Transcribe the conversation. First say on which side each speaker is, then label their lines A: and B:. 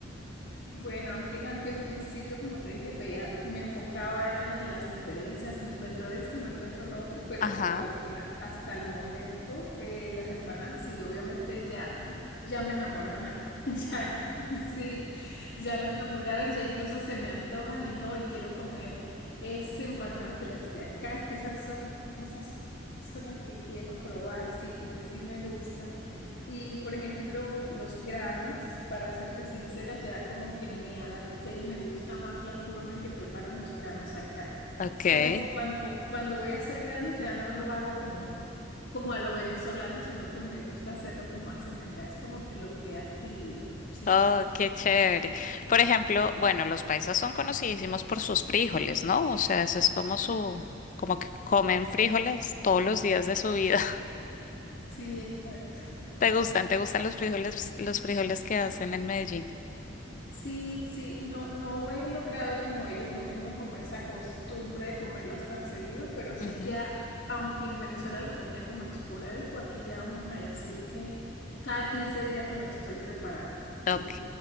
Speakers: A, on the left (about 55°); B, on the left (about 40°).
A: Bueno, aunque, aunque en principio, como te dije, veía, me enfocaba era en las diferencias, no encuentro esto, no encuentro lo otro, pero
B: Ajá,
A: la verdad, hasta el momento, eh, las empanadas, sí, obviamente ya, ya me enamoraron, <laughs> ya, ya, sí, ya me enamoraron, ya incluso se me antojan y no, y quiero comer esas empanadas de las de acá, es que esas son, esas son las que quiero probar, sí, sí me gustan. Y por ejemplo, los granos, para serte sincera, ya como que me adapté y me gusta más la forma en que preparan los granos acá.
B: okay.
A: Es como cuando, cuando voy a hacer granos ya no lo hago como, como a lo venezolano, sino que me gusta hacerlo como hacen acá. Es como que lo que he adquirido. Sí,
B: Oh, qué chévere. Por ejemplo, bueno, los paisas son conocidísimos por sus frijoles, ¿no? O sea, eso es como su, como que comen frijoles todos los días de su vida.
A: sí, exacto.
B: ¿Te gustan? ¿Te gustan los frijoles, los frijoles que hacen en Medellín?
A: Sí, sí, no, no he logrado como ellos, no tengo como esa costumbre de comerlos tan seguido, pero sí
B: Ujú.
A: ya, aunque en Venezuela lo comía como esporádico, aquí ya vamos a decir que cada 15 días los estoy preparando. Sí,
B: Ok,